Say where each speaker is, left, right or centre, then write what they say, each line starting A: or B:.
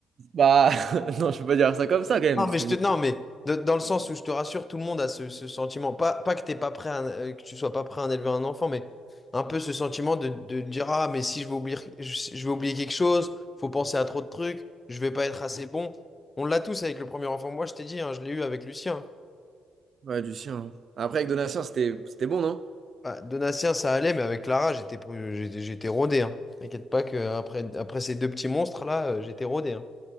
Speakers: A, on the right; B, on the left.
A: Bah, <laughs> non, je peux pas dire ça comme ça quand même,
B: Non,
A: parce
B: mais,
A: que
B: je
A: je
B: te,
A: me...
B: non, mais de- dans le sens où je te rassure, tout le monde a ce, ce sentiment. Pas, pas que t'es pas prêt à- euh, que tu sois pas prêt à en élever un enfant, mais un peu ce sentiment de, de dire, Ah, mais si je vais oublier, je, je vais oublier quelque chose, faut penser à trop de trucs, je vais pas être assez bon. On l'a tous avec le premier enfant. Moi, je t'ai dit, hein, je l'ai eu avec Lucien.
A: Ouais, Lucien. Après, avec Donatien, c'était c'était bon, non?
B: Ah, Donatien, ça allait, mais avec Clara, j'étais pou- j'étais j'étais rodé. Hein. T'inquiète pas que après après ces deux petits monstres-là, euh, j'étais rodé. Hein.